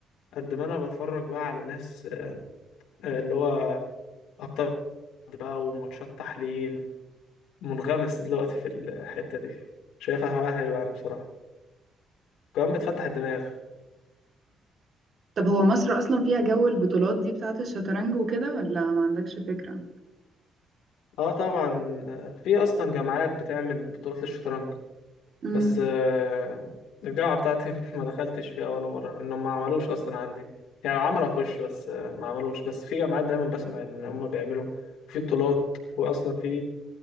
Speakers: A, on the left; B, on the right.
A: قد ما أنا بتفرج بقى على ناس آه، اللي هو أبطال بقى وماتشات تحليل منغمس دلوقتي في الحتة دي شايفها هواية حلوة يعني بصراحة كمان بتفتح الدماغ
B: طب هو مصر أصلا فيها جو البطولات دي بتاعة الشطرنج وكده ولا ما عندكش فكرة؟
A: اه طبعا آه، في اصلا جامعات بتعمل بطولات للشطرنج
B: امم
A: بس آه، الجامعة بتاعتي <laughs> ما دخلتش فيها ولا مرة انهم ما عملوش اصلا عندي يعني لو عملوا اخش بس آه، ما عملوش بس في جامعات دايما بسمع ان هم بيعملوا في بطولات واصلا في